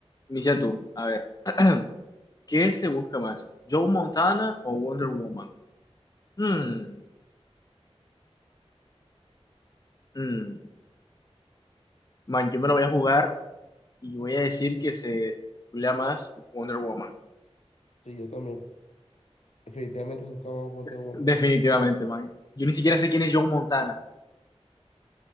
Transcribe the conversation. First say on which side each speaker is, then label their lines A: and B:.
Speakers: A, on the left; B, on the left.
A: Inicia tú, a ver. <clears throat> ¿Qué se busca más? ¿Joe Montana o Wonder Woman? Hmm, hmm. Man, yo me lo voy a jugar. Y voy a decir que se culea más Wonder Woman.
B: sí, yo también. Definitivamente se busca más Wonder
A: <laughs>
B: Woman.
A: Definitivamente, man. Yo ni siquiera sé quién es John Montana.